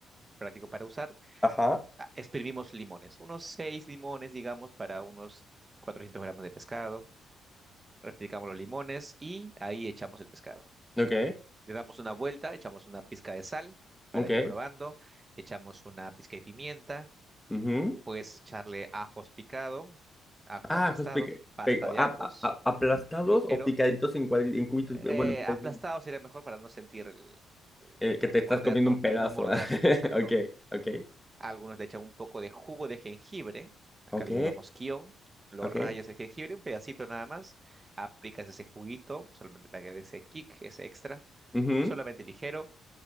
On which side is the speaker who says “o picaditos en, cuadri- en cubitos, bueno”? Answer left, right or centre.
Centre